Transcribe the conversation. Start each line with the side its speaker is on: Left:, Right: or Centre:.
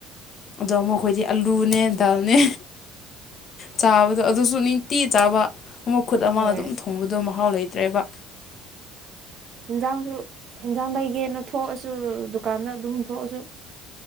Left: ꯑꯗꯣ ꯃꯈꯣꯏꯗꯤ ꯑꯂꯨꯅꯦ ꯗꯥꯜꯅꯦ ꯆꯥꯕꯗꯣ ꯑꯗꯨꯁꯨ ꯅꯤꯡꯇꯤ ꯆꯥꯕ ꯑꯃ ꯈꯨꯠ ꯑꯃꯅ
Right: ꯍꯣꯏ
Left: ꯑꯗꯨꯝ ꯊꯣꯡꯕꯗꯣ ꯃꯍꯥꯎ ꯂꯩꯇ꯭ꯔꯦꯕ
Right: ꯌꯦꯟꯖꯥꯡꯁꯨ ꯌꯦꯟꯖꯥꯡ ꯂꯩꯒꯦꯅ ꯊꯣꯛꯑꯁꯨ ꯗꯨꯀꯥꯟꯗ ꯑꯗꯨꯝ ꯊꯣꯛꯑꯁꯨ